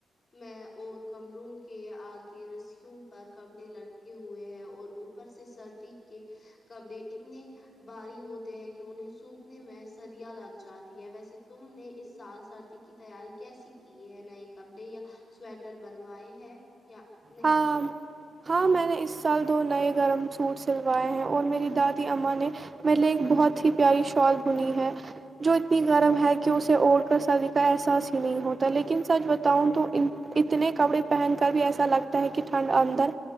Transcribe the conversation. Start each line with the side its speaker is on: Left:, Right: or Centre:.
Left: میں اور کمروں کے آگے روسیوں پر کپڑے لٹکے ہوئے ہیں اور اوپر سے سردی کے کپڑے اتنے بھاری ہوتے ہیں کہ انہیں سوکھنے میں سدیاں لگ جاتی ہے ویسے تم نے اس سال سردی کی تیاری کیسی کی ہے نئے کپڑے یا سویٹر بنوائے ہیں یا نہیں
Right: ہاں ہاں میں نے اس سال دو نئے گرم سوٹ سلوائے ہیں اور میری دادی اماں نے میر لے ایک بہت ہی پیاری شال بنی ہے جو اتنی گرم ہے کہ اسے اوڑھ کر سردی کا احساس ہی نہیں ہوتا لیکن سچ بتاؤں تو ان اتنے کپڑے پہن کر بھی ایسا لگتا ہے کہ ٹھنڈ اندر